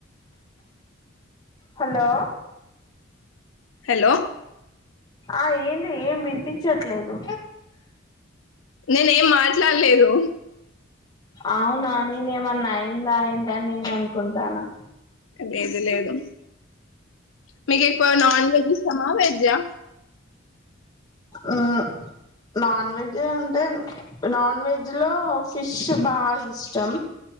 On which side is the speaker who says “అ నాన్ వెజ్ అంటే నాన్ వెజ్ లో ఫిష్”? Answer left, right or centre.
Left